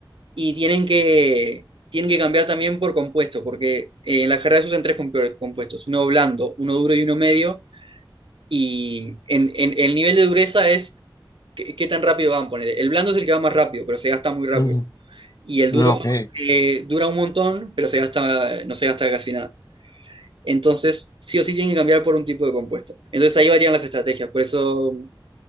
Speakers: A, on the right; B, on the left.
A: Y tienen que, tienen que cambiar también por compuesto, porque eh, en la carrera se usan tres compu- compuestos, uno blando, uno duro y uno medio. Y en, en- el nivel de dureza es qué, qué tan rápido van a poner. El blando es el que va más rápido, pero se gasta muy rápido.
B: Ujú.
A: Y el
B: Ah,
A: duro
B: Ok,
A: eh, dura un montón, pero se gasta, no se gasta casi nada. Entonces, sí o sí tienen que cambiar por un tipo de compuesto. Entonces ahí varían las estrategias. Por eso